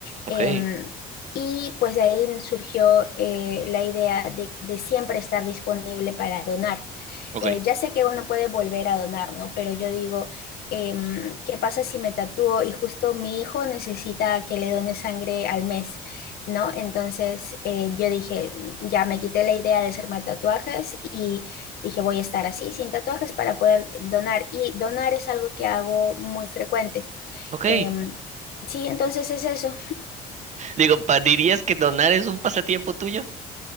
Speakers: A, on the right; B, on the left.
A: Ok,
B: Em, y pues de ahí surgió eh, la idea de, de siempre estar disponible para donar.
A: ok,
B: Eh, ya sé que uno puede volver a donar, ¿no? Pero yo digo, em, ¿qué pasa si me tatúo y justo mi hijo necesita que le done sangre al mes, ¿no? Entonces eh, yo dije, ya me quité la idea de hacerme tatuajes y dije, voy a estar así, sin tatuajes, para poder donar. Y donar es algo que hago muy frecuente.
A: ok.
B: Em, sí, entonces es eso.
A: Digo, pa- ¿dirías que donar es un pasatiempo tuyo?